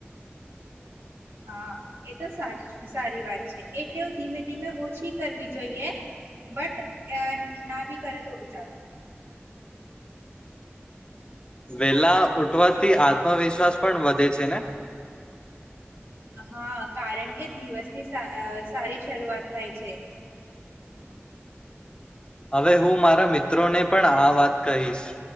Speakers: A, on the right; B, on the left.
A: હા એ તો સારી વાત છે એવ ધીમે ધીમે ઓછી કરવી જોઈએ. બટ અ. ના ભી કરે તો ભી ચાલે.
B: વેલા ઉઠવાથી આત્મવિશ્વાસ પણ વધે છે ને.
A: હા કારણ કે દિવસની સારી શરૂઆત થાય છે.
B: હવે હું મારા મિત્રોને પણ આ વાત કહીશ